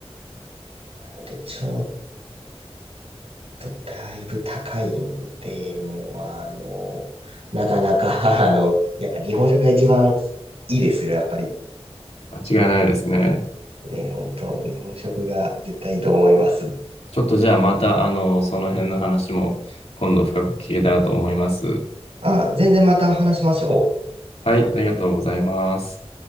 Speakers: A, on the right (about 70°); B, on the left (about 75°).
A: なので、ちょっとだいぶ高いんで、もう、あの、なかなか、<laughs> あの、やっぱ日本食が一番いいですよ、やっぱり。
B: 間違いないですね。
A: ね、本当、日本食が絶対いいと思います。
B: ちょっとじゃあまた、あの、その辺の話も今度深く聞けたらと思います。
A: あ、全然また話しましょう。
B: はい、ありがとうございます。